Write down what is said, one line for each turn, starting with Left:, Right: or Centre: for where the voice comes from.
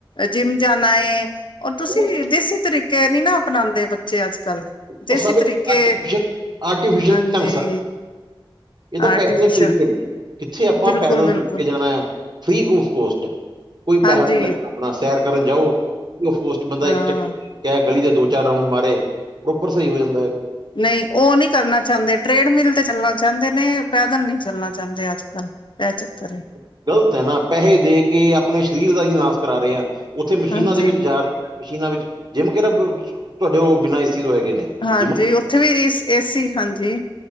Left: ਜਿੰਮ ਜਾਣਾ ਏ, ਔਰ ਤੁਸੀਂ
Right: ਉਹ
Left: ਵੀ ਦੇਸੀ ਤਰੀਕੇ ਨੀ ਨਾ ਅਪਣਾਂਦੇ ਬੱ ਬੱਚੇ ਅੱਜ-ਕੱਲ,
Right: ਤਾਂ
Left: ਦੇਸੀ
Right: ਸਭ ਇੱਕ
Left: ਤਰੀਕੇ,
Right: ਆਰਟੀਫਿਸ਼ਲ ਆਰਟੀਫਿਸ਼ਲ
Left: ਹਾਂਜੀ।
Right: ਢੰਗ ਇਹ ਤਾਂ
Left: ਆਰਟੀਫਿਸ਼ਲ
Right: ਪੈਹੇ ਦੇ ਤਰੀਕੇ ਨੇ, ਕਿੱਥੇ ਆਪਾਂ
Left: ਬਿਲਕੁਲ-ਬਿਲਕੁਲ।
Right: ਪੈਦਲ ਤੁਰਕੇ ਜਾਣਾ, ਫ੍ਰੀ ਓਫ ਕੋਸਟ। ਕੋਈ
Left: ਹਾਂਜੀ-ਹਾਂਜੀ
Right: ਪੈਹਾ ਨੀ ਲੱਗਣਾ ਅਪਣਾ, ਸੈਰ ਕਰਨ ਜਾਓ, ਉ ਹੋਸਟ ਬੰਦਾ
Left: ਹਾਂ।
Right: ਇੱਕ ਚੱਕ ਕਹਿ ਗਲੀ ਦੇ ਦੋ, ਚਾਰ ਗ੍ਰਾਉਂਡ ਮਾਰੇ, ਪ੍ਰੋਪਰ ਸਹੀ ਹੋ ਜਾਂਦਾ ਹੈਗਾ।
Left: ਨਹੀਂ ਉਹ ਨਹੀ ਕਰਨਾ ਚਾਂਦੇ, ਟ੍ਰੇਡਮਿਲ ਤੇ ਚੱਲਣਾ ਚਾਂਦੇ ਨੇ, ਪੈਦਲ ਨਹੀਂ ਚੱਲਣਾ। ਜਾਂਦੇ ਅੱਜ-ਕੱਲ ਐ ਚੱਕਰ ਏ।
Right: ਗ਼ਲਤ ਐ ਨਾ, ਪੈਹੇ ਦੇਕੇ ਅਪਣੇ ਸ਼ਰੀਰ ਦਾ ਹੀ ਨਾਸ ਕਰਾ ਰਹੇ ਆ, ਉੱਥੇ ਮਸ਼ੀਨਾਂ
Left: ਹਾਂਜੀ-ਹਾਂਜੀ
Right: ਦੇ ਵਿੱਚ ਜਾ ਰਹੇ ਮਸ਼ੀਨਾਂ ਵਿੱਚ, ਜਿੰਮ ਕਹਿ ਤੁਹਾਡੇ ਉਹ ਬਿਨਾਂ ਏਸੀ ਤੋਂ ਹੈਗੇ ਨੇ।
Left: ਹਾਂਜੀ,
Right: ਜਿਮ
Left: ਉੱਥੇ ਵੀ ਏ, ਏਸੀ, ਹਾਂਜੀ।